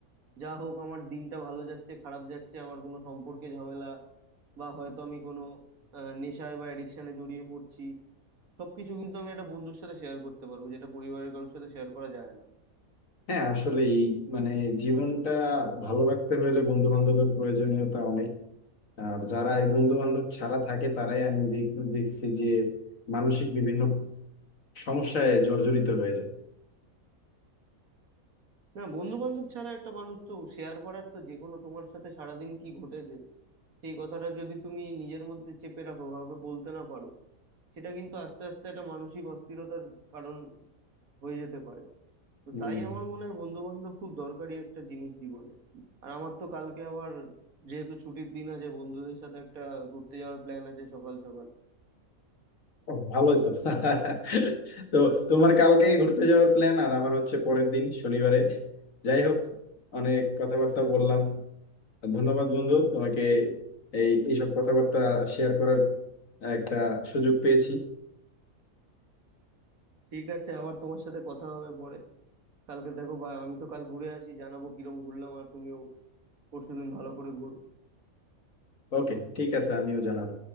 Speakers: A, on the right (about 80°); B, on the left (about 65°).
A: যা হোক আমার দিনটা ভালো যাচ্ছে খারাপ যাচ্ছে আমার কোনো সম্পর্কে ঝামেলা বা হয়তো আমি কোনো আহ, নেশায় বা অ্যাডিকশনে জড়িয়ে পড়ছি সবকিছু কিন্তু আমি একটা বন্ধুর সাথে শেয়ার করতে পারবো যেটা পরিবারের কারোর সাথে শেয়ার করা যায় না
B: হ্যাঁ আসলে এই মানে জীবনটা ভালো রাখতে হলে বন্ধু বান্ধবের প্রয়োজনীয়তা অনেক আর যারা এই বন্ধু বান্ধব ছাড়া থাকে তারাই আমি দেখ- দেখছি যে মানসিক বিভিন্ন সমস্যায় জর্জরিত হয়ে যায়
A: না বন্ধু বান্ধব ছাড়া একটা মানুষ তো শেয়ার করার তো যে কোনো তোমার সাথে সারাদিন কি ঘটেছে সেই কথাটা যদি তুমি নিজের মধ্যে চেপে রাখো কাউকে বলতে না পারো সেটা কিন্তু আস্তে আস্তে একটা মানসিক অস্থিরতার কারণ হয়ে যেতে পারে তো
B: হম
A: তাই আমার মনে হয় বন্ধু বান্ধব খুব দরকারি একটা জিনিস জীবনে আর আমার তো কালকে আবার যেহেতু ছুটির দিন আছে বন্ধুদের সাথে একটা ঘুরতে যাওয়ার প্ল্যান আছে সকাল সকাল
B: ও ভালোই তো <laughs> তো তোমার কালকে ঘুরতে যাওয়ার প্ল্যান আর আমার হচ্ছে পরের দিন শনিবারে যাই হোক অনেক কথাবার্তা বললাম ধন্যবাদ বন্ধু তোমাকে এই এইসব কথাবার্তা শেয়ার করার একটা সুযোগ পেয়েছি
A: ঠিক আছে আবার তোমার সাথে কথা হবে পরে কালকে দেখো বা আমি তো কাল ঘুরে আসি জানাবো কিরম ঘুরলাম আর তুমিও পরশুদিন ভালো করে ঘুরো
B: ওকে ঠিক আছে আমিও জানাবো